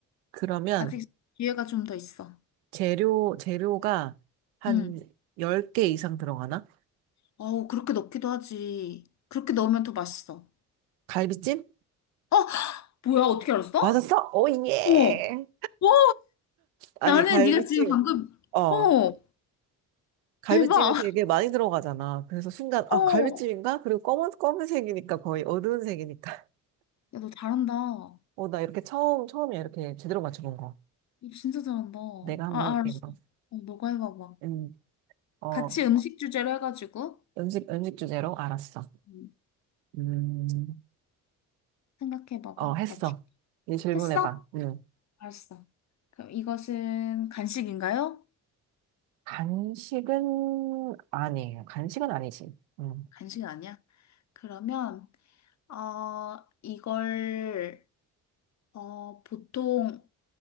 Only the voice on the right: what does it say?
그러면,
재료, 재료가 한
10개 이상 들어가나?
갈비찜?
맞았어? 오, 예!
아니,
갈비찜.
어,
갈비찜이
되게 많이 들어가잖아. 그래서 순간,
아, 갈비찜인가? 그리고 검은, 검은색이니까 거의 어두운 색이니까. <laughs>
어, 나 이렇게 처음, 처음이야. 이렇게 제대로 맞춰본 거.
내가 한번
해볼게,
이거.
음, 어,
음식, 음식 주제로? 알았어.
음,
어, 했어.
이제 질문해봐.
음.
간식은 아니에요. 간식은 아니지. 음.